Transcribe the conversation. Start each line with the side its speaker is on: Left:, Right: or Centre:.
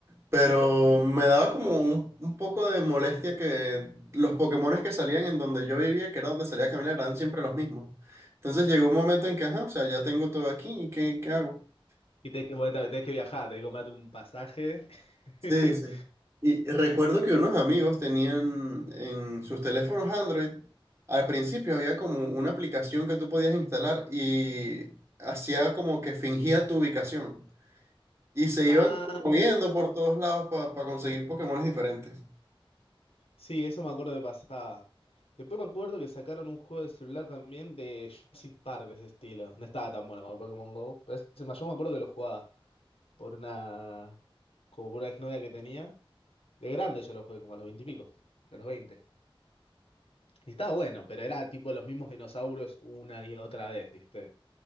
Right: Pero me daba como un, un poco de molestia que los Pokémones que salían en donde yo vivía, que era donde salía a caminar, eran siempre los mismos. Entonces llegó un momento en que, ajá, o sea, ya tengo todo aquí, ¿y qué, qué hago?
Left: Y tenés que, ponerte- tenés que viajar, tenés que comprarte un pasaje. <laughs>
Right: Sí, sí. Y recuerdo que unos amigos tenían en sus teléfonos Android, al principio había como una aplicación que tú podías instalar y hacía como que fingía tu ubicación. Y se
Left: Ah,
Right: iban moviendo por todos lados para conseguir Pokémones diferentes.
Left: sí, eso me acuerdo de pasada. Después me acuerdo que sacaron un juego de celular también de Jurassic Park de ese estilo. No estaba tan bueno como el Pokémon Go, pero ese- yo me acuerdo que lo jugaba. por una, como por una exnovia que tenía. De grande yo lo jugué, como a los 20 y pico, a los veinte Y estaba bueno, pero era tipo los mismos dinosaurios una y otra vez, ¿viste?